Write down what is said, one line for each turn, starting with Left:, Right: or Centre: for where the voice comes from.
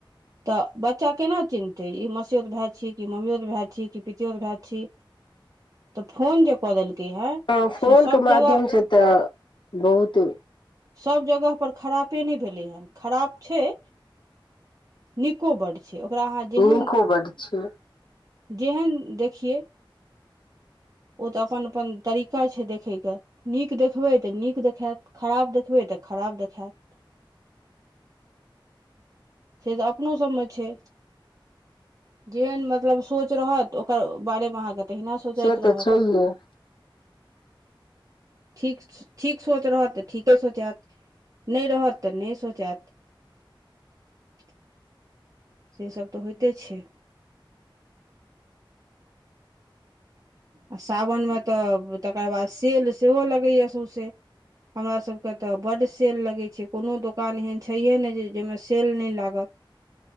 Right: तऽ बच्चा केना चिन्हतै ई मासओत भाय छी कि मम्मियओत भाय छी कि पितियोत भाय छी। तऽ फोन जे के है
Left: हँ फोनके
Right: से सब जगह
Left: माध्यमसँ तऽ बहुत
Right: सभ जगह पर खरापे नैभेलै हेन। खराब छैय नीको बड छैयओकरा अहाँ जेहन
Left: नीको बड छै
Right: जेहन देखियै। ओ तऽ अपन अपन तरीका छैय देखैके नीक देखबै तऽ नीक देखायत खराब देखबै तऽ ते खराब देखात। से तऽ अपनो सभमे छैय जेहन मतलब सोच रहत ओकर बारेमे अहाँके तहि सोचाइत
Left: से तऽ
Right: रहत।
Left: छैहे हँ
Right: ठीक ठीक सोच रहत तऽ ठीके सोच आत नहि रह रहत नै सोचात। से सभ तऽ होइते छैय। आ सावनमे तऽ तकर बाद सेल सेहो लगैए सौंसे। हमरा सभके तऽ बड सेल लगे छैय कोनो दुकान एहन छैहये नहि जाहिमे सेल नहि लागत।